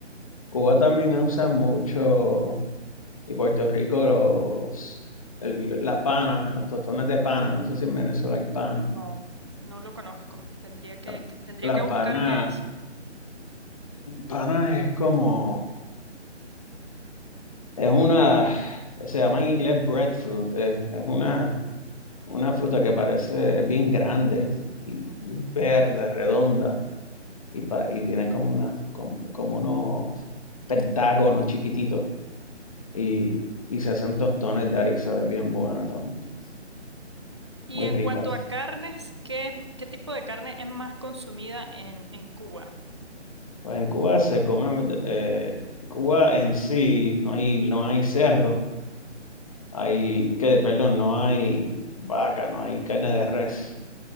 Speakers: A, on the left; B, on the right.
A: Cuba también usa mucho, y Puerto Rico los, el- la pana, los tostones de pana, no sé si en Venezuela hay pana.
B: No, no lo conozco. Tendría que,
A: La,
B: que- tendría
A: la
B: que buscar
A: pana,
B: qué es.
A: pana es como, es una, se llama en inglés breadfruit, es, es una, una fruta que parece, es bien grande y,
B: Ujú.
A: y es verde, redonda y, pa- y tiene como una, como, como unos pentágonos chiquititos y, y se hacen tostones de ahí, se ve bien buena también,
B: Y
A: muy
B: en
A: rica.
B: cuanto a carnes, ¿qué, es- qué tipo de carne es más consumida en, en Cuba?
A: Pues en Cuba se come, eh, Cuba en sí no hay, no hay cerdo. hay, que perdón, no hay vaca, no hay carne de res,